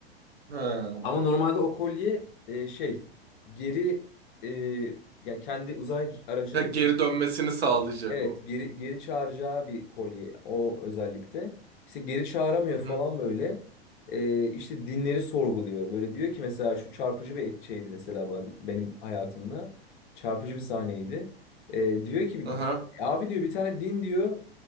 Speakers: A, on the right; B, on the left.
A: Ha.
B: Ama normalde o kolye e, şey geri e, yani kendi uzay aracını
A: Ha, geri dönmesini sağlayacak
B: evet
A: o.
B: geri geri çağıracağı bir kolye o özellikle. İşte geri çağıramıyor
A: Hı
B: falan
A: hı.
B: böyle. E, işte dinleri sorguluyor. Böyle diyor ki mesela şu çarpıcı bir et- şeydi mesela ben, benim hayatımda. Çarpıcı bir sahneydi. E, diyor ki
A: Aha.
B: abi diyor bir tane din diyor